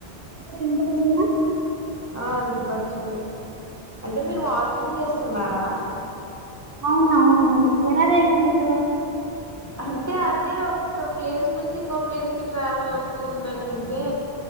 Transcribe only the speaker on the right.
ఇప్పుడు వినపడుతుందా
అవునవును ఎలా తెలుసు నీకు